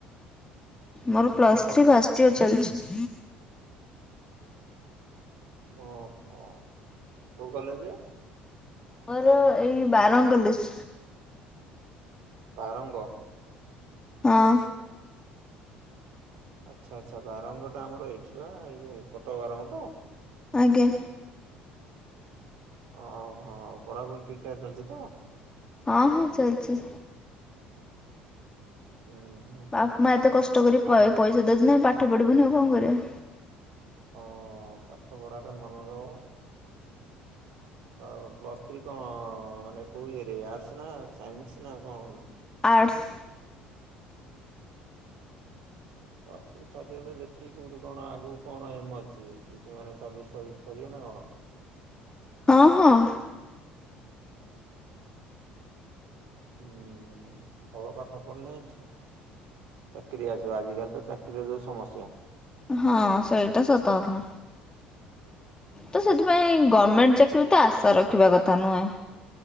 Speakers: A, on the left; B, on the right.
A: ମୋର ପ୍ଲସ୍
B: କଣ ପଢୁଛନ୍ତି?
A: ଥ୍ରୀ ଫାଷ୍ଟ୍ ଇୟର ଚାଲିଛି।
B: ଓହୋ, କୋଉ କଲେଜେ?
A: ମୋର ଏଇ ବାରଙ୍ଗ୍ କଲେଜ୍।
B: ବାରଙ୍ଗ।
A: ହଁ।
B: ଆଚ୍ଛା ଆଚ୍ଛା ବାରଙ୍ଗଟା ଆମର ଏଇଠି ବା ଏଇ ଯୋ କଟକ ବାରଙ୍ଗ ତ।
A: ଆଜ୍ଞା।
B: ଓହୋ ପଢାପଢି ଠିକ୍ ଠାକ ଚାଲିଛି ତ?
A: ହଁ ହଁ ଚାଲଛି।
B: ହୁଁ। ହୁଁ।
A: ବାପା ମା ଏତେ କଷ୍ଟ କରି
B: ଭାବ
A: ପ ପଇସା ଦଉଛନ୍ତି ଆମେ ପାଠ ପଢିବୁନି ଆଉ କଣ କରିବା?
B: ହଁ, ପାଠ ପଢାଟା ମନେ ରହେବ। ଆଉ ପ୍ଲସ୍ ଥ୍ରୀ କଣ ମାନେ କୋଉ ଇଏରେ ଆର୍ସ ନା ସାଇନ୍ସ ନା କଣ?
A: ଆର୍ଟସ୍
B: <unintelligible> ଦେଖିକି କୋଉଠି କଣ ଆଗୁ କଣ ଏମ ଅଛି ମେ ସର୍ଭିସ ସର୍ଭିସ କରିବେ ନା କଣ?
A: ହଁ ହଁ।
B: ହୁଁ ଭଲ ପାଠ ପେଢେନେ ଚାକିରି ଆସିବ ଆଜିକାଲି ତ ଚାକିରିର ଯୋଉ ସମସ୍ୟା।
A: ହଁ ସେଇଟା ସତ କଥା। ତ ସେଥିପାଇଁ ଗମେଣ୍ଟ ଚାକିରି ତ ଆଶା ରଖିବା କଥା ନୁହେଁ।